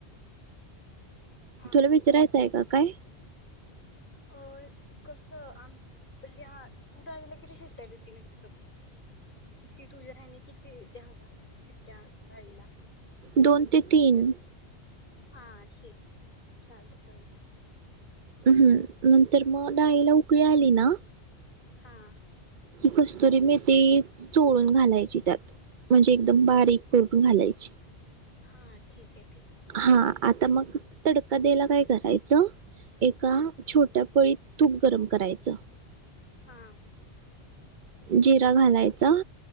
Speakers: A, on the left; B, on the right.
A: हा
B: तुला विचारायचंय का? काय?
A: अ कसं आम पिल्ल्ह्या तू डाळीला किती शिट्टया देती <unintelligible> किती तुझ्या आणि किती दहावा कित्या बाईला
B: दोन ते तीन
A: हा ठीक आहे चालतय चालतय
B: हम् हम् नंतर मग डाळीला उकळी आली ना
A: हाअ्ं
B: ही कस्तुरी मेथी चोळून घालायची त्यात म्हणजे एकदम बारीक करून घालायची
A: हा ठीक हे
B: हा आता मग तडका द्यायला काय करायचं एका छोट्या पळीत तूप गरम करायचं
A: हाअ्ं
B: जिरा घालाय आं